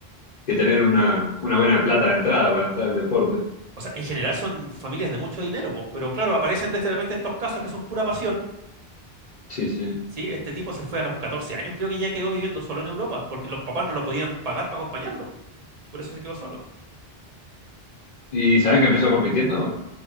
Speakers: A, on the left; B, on the right.
A: que tener una, una buena plata de entrada para entrar al deporte.
B: O sea, en general son familias de mucho dinero, po, pero claro, aparecen de repente estos casos que son pura pasión.
A: Sí, sí.
B: Sí, este tipo se fue a los 14 años, creo que ya quedó viviendo solo en Europa, porque los papás no lo podían pagar para acompañarlo. y Por eso se quedó solo.
A: ¿Y saben que empezó compitiendo?